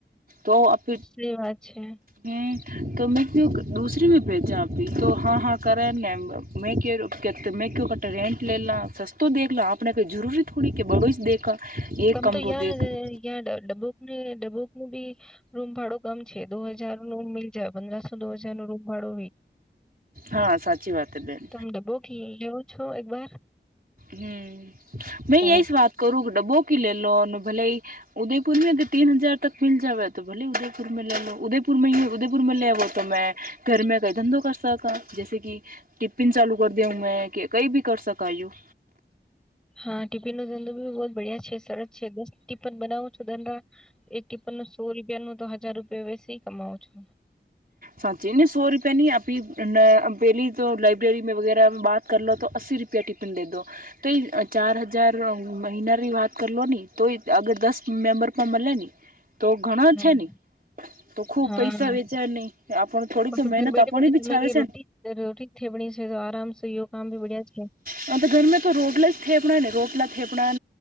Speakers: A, on the right; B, in the centre.
A: તો આપ
B: સાચી વાત છે
A: <unintelligible> તો મેં કુ દૂસરી મે ભેજા ભી તો હા હા કરે ન બ મેં કે મેં કે ત મેં કો કરતા રેન્ટ લે લાં સસ્તો દેખ લા આપણે કોઈ જરૂરી થોડી કે બરોઈ જ દેખા એક
B: તમ તો યાર
A: દેખ લો
B: યા ડ ડબોકને ડબોક નું બી રૂમ ભાડો બમ છે દો હજાર નો મીલ જાય પંદરાસો દો હજાર નો રૂમ. ભાડો
A: હા સાચી વાત હે બેન
B: તમે ડબ્બો થી લેવો છો એક વાર.
A: હમ મે
B: તો
A: એય વાત કરું કે ડબ બોકી ભલે ઉદયપુર મે તીન હજાર તક મિલ જવે તો ભલે ઉદયપુર મે લેલો દયપુર યુ ઉદયપુરમાં લેવો તો મેં ઘરમે કઈ ધંધો કરકા જૈસે કે ટિફિન ચાલ કરી દેવ મેં કે કઈ ભી કર સકાયું
B: હા ટિફિન નો ધંધો બી બવ બઢિયા છે સરસ છે દસ ટિફન બનાવો છો ધંધા એક ટ ત સો રૂપિયા નું તો હજાર રૂપિયા વેસી કમાવ છો
A: સાચી ન સો રૂપિયા ન આપી પહેલી તો લાઈબ્રેરી વગેરા બાત કરલો લો તો રૂપિયા ટિપિન દે દો તો એ ચાર હજાર મહિનાની વાત કરલો લો ને તો અગર દસ. દસ મેમ્બર પણ મળ્યા ને તો ઘણા
B: હમ્મ.
A: છે ને તો ખુબ
B: હા
A: પૈસા વેચાય નહી આપણ થોડીક
B: તો
A: મહેનત
B: ઘર બેઠી
A: આપણી
B: બેઠી
A: બી
B: તમે
A: છાવે છે
B: રોટી રોટી થેબણી છે તો આરામ. સે યો કામ ભી બઢિયા છે.
A: હા તો ઘરમે તો રોટલા જ થેપણા ને રોટલા થે પણા